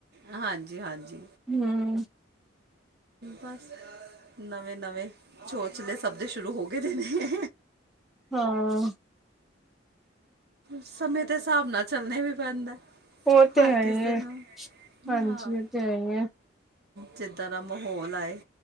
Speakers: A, on the right (about 55°); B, in the centre.
A: ਹਾਂਜੀ ਹਾਂਜੀ
B: ਹਮ
A: ਬਸ ਨਵੇਂ ਨਵੇਂ ਛੋਚਲੇ ਸਬਦੇ ਸ਼ੁਰੂ ਹੋ ਗਏ ਦੇ ਨੇ
B: ਹਾਂ
A: ਸਮੇਂ ਦੇ ਹਿਸਾਬ ਨਾਲ ਚੱਲਣੇ ਵੀ ਪੈਂਦਾ
B: ਉਹ ਤੇ
A: ਹਰ
B: ਹੈ
A: ਕਿਸੇ
B: ਹੈ
A: ਨੂੰ
B: ਹਾਂਜੀ
A: ਹਾਂ
B: ਉਹ ਤੇ ਹੈ ਹੈ
A: ਜਿੱਦਾਂ ਦਾ ਮਾਹੌਲ ਆਏ